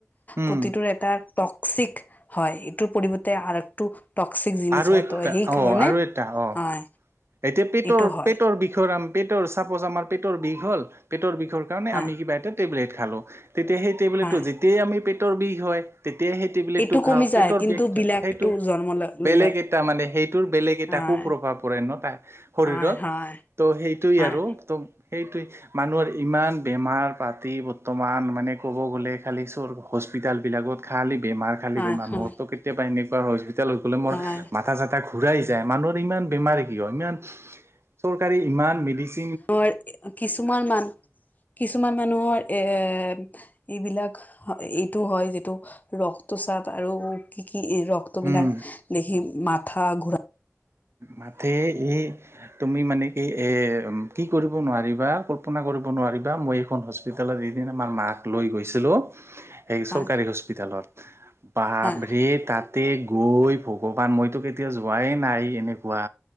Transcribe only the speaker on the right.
উম
আৰু
একটা
অ আৰু এটা অ
এতিয়া পেটৰ
পেটৰ বিষৰ আম পেটৰ চাপজ আমাৰ পেটৰ বিষ হ'ল পেটৰ বিষ
আমি কিবা এটা তেবলেট খালো তেতিয়া সেই টেবলেটো
যেতিয়াই আমি পেটৰ বিষ হয় তেতিয়া সেই তেবলেট
টো
খাওঁ
পেটৰ
বিষটো
সেইটো
বেলেগ
এটা মানে সেইটোৰ বেলেগ এটা
কু প্ৰভাৱ পৰে ন। প শৰীৰত
সেইটো
আৰু তম সেইটোে মানুহৰ ইমান বেমাৰ পাতি বৰ্তমান মানে ক'ব গ'লে খালি চ হস্পিতেল বিলাকত খাল বেমাৰ খালী
বেমাৰ
মোৰতো কেতিয়াবা এনেকুৱা হস্পিটেলত গ'লে মোৰ
মথা জাথা য মানুহৰ ইমান বেমাৰে কি হয় ই চৰ ই ম
উম
মতে এই তুমি মানে কি এ কি কৰিব নোৱাৰিবা কল্পনা কৰিব নোৱাৰিবা মই এইখন হস্পিতলত এদিন আমাৰ মাক লৈ গৈছিলো এই
চৰকাৰী হস্পিতালত বভৰে
তাতে গৈ ভগৱান মইতো কেতিয়া যোৱাই নাই এনেকুৱা